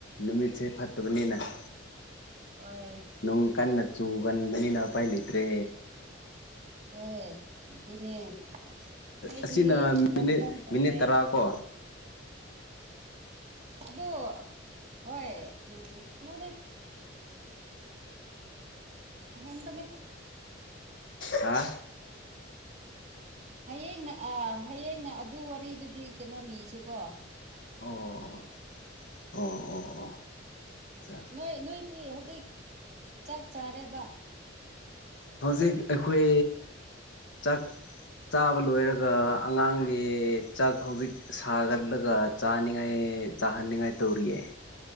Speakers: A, on the left (about 65°); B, on the right (about 35°).
A: ꯅꯨꯃꯤꯠꯁꯦ ꯐꯠꯇꯕꯅꯤꯅ <inaudible>
B: ꯍꯣꯏ
A: ꯅꯨꯡ ꯀꯟꯅ ꯆꯨꯒꯟꯕꯅꯤꯅ ꯎꯄꯥꯏ ꯂꯩꯇ꯭ꯔꯦ
B: ꯍꯣꯏ ꯑꯗꯨꯅꯦ ꯅꯣꯏꯗꯤ
A: ꯑꯁꯤꯅ
B: ꯀꯔꯝ
A: ꯃꯤꯅꯤꯠ
B: ꯀꯔꯝ ꯇꯧꯒꯦ
A: ꯃꯤꯅꯤꯠ ꯇꯔꯥ ꯀꯣ
B: ꯑꯗꯨ ꯍꯣꯏ ꯎ ꯀꯩꯅꯣꯅꯦ ꯍꯦꯟꯕꯅꯦ
A: ꯍꯥ
B: ꯍꯌꯦꯡꯅ ꯍꯌꯦꯡꯅ ꯑꯗꯨ ꯋꯥꯔꯤꯗꯨꯗꯤ ꯀꯩꯅꯣ ꯂꯤꯁꯤꯀꯣ
A: ꯑꯣ ꯑꯣ ꯑꯣ ꯑꯣ ꯑꯆꯥ
B: ꯅꯣꯏ ꯅꯣꯏꯗꯤ ꯍꯧꯖꯤꯛ ꯆꯥꯛ ꯆꯥꯔꯦꯕ
A: ꯍꯧꯖꯤꯛ ꯑꯩꯈꯣꯏ ꯆꯥꯛ ꯆꯥꯕ ꯂꯣꯏꯔꯒ ꯑꯉꯥꯡꯒꯤ ꯆꯥꯛ ꯍꯧꯖꯤꯛ ꯁꯥꯒꯠꯂꯒ ꯆꯥꯅꯤꯡꯉꯥꯏ ꯆꯥꯍꯅꯤꯡꯉꯥꯏ ꯇꯧꯔꯤꯌꯦ